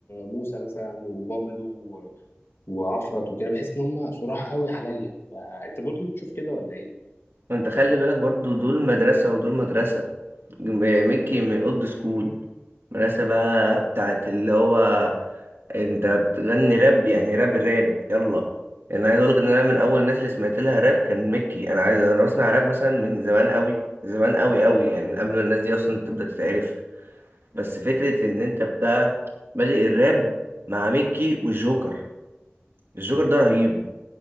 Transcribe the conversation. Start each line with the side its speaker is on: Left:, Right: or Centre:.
Left: موسى مثلا وبابلو و- وعفرت وكده بحس ان هم صراحة قوي عليا فانت برضو بتشوف كده ولا ايه
Right: انت خلي بالك برضو دول مدرسة ودول مدرسة م- ميكي من الاولد سكول مدرسة بقى بتاعت اللي هو انت بتغني راب يعني راب الراب يلا انا عايز اقولك ان انا من اول الناس اللي سمعت لها راب كان ميكي انا عايز انا بسمع راب مثلا من زمان قوي زمان قوي قوي يعني من قبل ما الناس دي اصلا تبدا تتعرف بس فكره ان انت بقى بادئ الراب مع ميكي والجوكر الجوكر ده رهيب